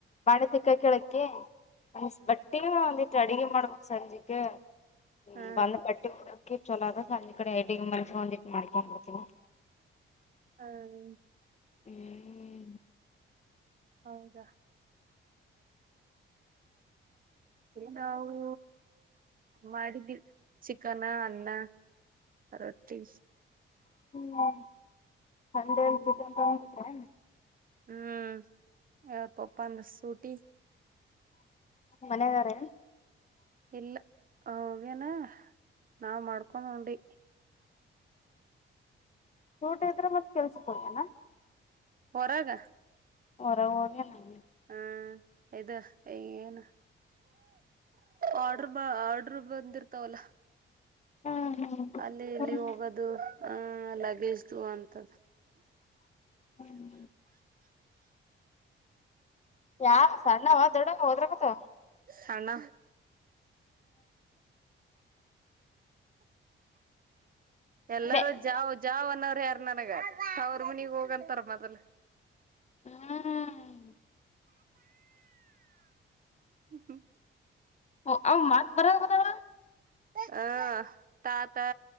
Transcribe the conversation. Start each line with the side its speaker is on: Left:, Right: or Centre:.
Left: ಬಾಣೆತಿಕ್ಕ ಕೇಳಕ್ಕ ಅ ಬಟ್ಟಿಯು ಅಂದು ಅಡಿಗೆ ಮಡಮ ಸಂಜುಕ ಹ್ಮ
Right: ಹಾ
Left: ಬಂದ ಬಟ್ಟಿ ಮುಡಕಿ ಚಲೋ ಅದ ಸಂಜ ಕಡೆ ಎಡ ಮನ್ಸ ಒಂದಿಟ್ಟು ಮಾಡ್ಕೊಂಡ್ ಬಡ್ತ
Right: ಹ್ಮ
Left: ಹ್ಮ್
Right: ಹೌದಾ ನಾವು ಮಾಡಿದ್ದೀ ಚಿಕನ ಅನ್ನ ಹೊಟೀ
Left: ಹ್ಮ ಸಂಡೆಯಲ್ಲಿ
Right: ಹ್ಮ್
Left: ಚಿಕನ್ ತಗೊಂಡ್ಟ್ರ
Right: ಹ್ಮ್ ಯಾವ ಪಪ್ಪ ಅಂದ್ರ ಸೂಟಿ
Left: ಮನಗಾರ
Right: ಇಲ್ಲ ಹ ಅವೇನ ನಾವ್ ಮಾಡ್ಕೊಂಡೊಂಡಿ
Left: ಊಟ ಇದ್ರೆ ಮತ್ತತ್ ಕೆಲ್ಸಕ್ ಹೋಗನಾ
Right: ಹೊರಾಗ
Left: ಹೊರ ಓಗಲ್ಲಗೆ
Right: ಹ್ಮ್ ಇದು ಈಗಏನು ಆಡರ್ ಆರ್ಡ್ರ ಬಂದಿರ್ತಾವಲ್ಲ
Left: ಹ್ಮ್ ಹ್ಮ್
Right: ಅಲ್ಲಿ ಇಲ್ಲಿ
Left: ಹ್ಮ್
Right: ಹೋಗೋದು ಅಹ ಲಗೇಜ್ದು ಅಂತ
Left: ಹ್ಮ ಯಾ ಸಣ್ಣವ ದೊಡ್ಡವ ಓದ್ರಕತ್ತವ
Right: ಸಣ್ಣ ಎಲ್ಲರೂ
Left: ಬೆ ಬೆ
Right: ಜಾವ ಜಾವ್ ಅನ್ನೋರು ಯಾರ ನನಗ ಅವಾವ್ರ ಮುನಿಗ್ ಹೋಗಂತಾರ ಮೊದಲ್
Left: ಹ್ಮ್
Right: ಹ್ಮ್ಮ
Left: ಓ ಅವ ಮತ್ ಬರಾಗದಾವ
Right: ಹ ತಾತಾ